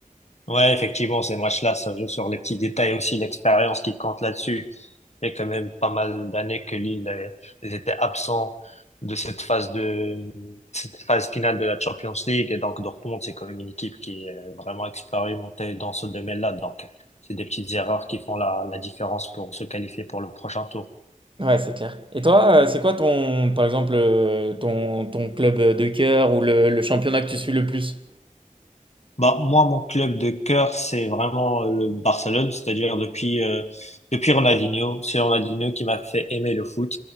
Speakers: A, on the left; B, on the right.
A: Ouais, effectivement, ces matchs-là, ça joue sur les petits détails aussi, l'expérience qui compte là-dessus. Il y a quand même pas mal d'années que Lille euh, ils étaient absents de cette phase de cette phase finale de la Champions League. Et donc, Dortmund, c'est quand même une équipe qui est vraiment expérimentée dans ce domaine-là. Donc, c'est des petites erreurs qui font la, la différence pour se qualifier pour le prochain tour.
B: Ouais, c'est clair. Et toi, euh, c'est quoi ton, par exemple, euh, ton, ton club de cœur ou le, le championnat que tu suis le plus?
A: Bah, moi, mon club de cœur, c'est vraiment euh, le Barcelone, c'est-à-dire depuis, euh, depuis Ronaldinho. C'est Ronaldinho qui m'a fait aimer le foot.